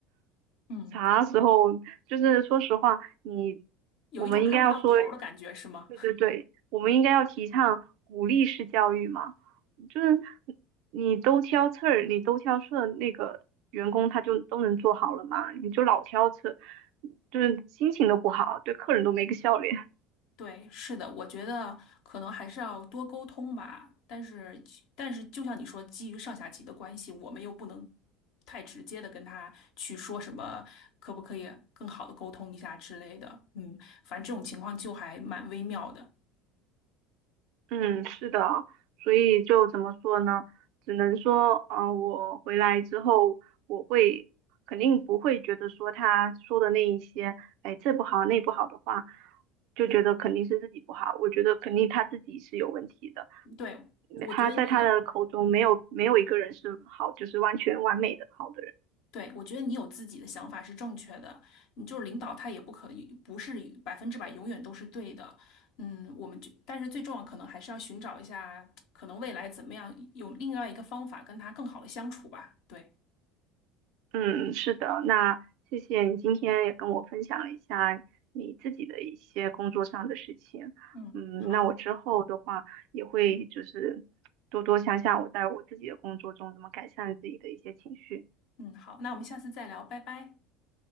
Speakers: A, on the left; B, on the right.
A: <laughs> 嗯，
B: 啥时候？就是说实话，你
A: 有一种看不到头儿的感觉，
B: 我们应该要说，
A: 是吗？
B: 对对对，我们应该要提倡鼓励式教育嘛。就是你都挑刺儿，你都挑刺儿那个员工他就都能做好了嘛，你就老挑刺儿就是心情都不好，对客人都没个笑脸。
A: <laughs> 对，是的，我觉得可能还是要多沟通吧。但是，但是就像你说，基于上下级的关系，我们又不能太直接的跟他去说什么，可不可以更好的沟通一下之类的。嗯，反正这种情况就还蛮微妙的。
B: 嗯，是的，所以就怎么说呢？只能说，呃，我回来之后，我会肯定不会觉得说他说的那一些，哎，这不好那不好的话，就觉得肯定是自己不好。我觉得肯定他自己是有问题的，
A: 对，
B: 因为他在他的口中没有没有一个人是好，
A: 我觉得你有。
B: 就是完全完美的好的人。
A: 对，我觉得你有自己的想法是正确的，你就是领导他也不可以不是百分之百永远都是对的，嗯，我们就但是最重要可能还是要寻找一下，可能未来怎么样有另外一个方法跟他更好的相处吧。对，
B: 嗯，是的，那谢谢你今天也跟我分享了一下你自己的一些工作上的事情。
A: 嗯，
B: 嗯，
A: 好，
B: 那我之后的话也会就是多多想想我在我自己的工作中怎么改善自己的一些情绪。
A: 嗯，好，那我们下次再聊，拜拜。